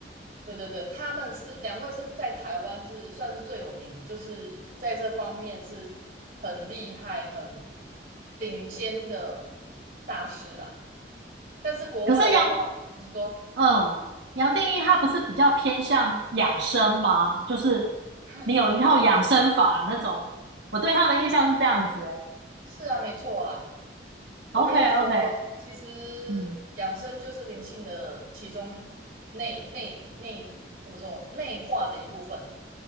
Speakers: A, on the right; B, on the right.
A: 对对对，他们是两位是在台湾是算是最有名，就是在这方面是很厉害、很顶尖的大师啦。但是国外的话，
B: 可是杨
A: 你说
B: 嗯，杨定一他不是比较偏向养生吗？就是
A: <laughs>
B: 你有一套养生法那种，我对他的印象是这样子、欸。
A: 是啊，没错啊。我跟你说，
B: OK OK，
A: 其实养生就是灵性的其中内内内怎么说内化的一部分。
B: 嗯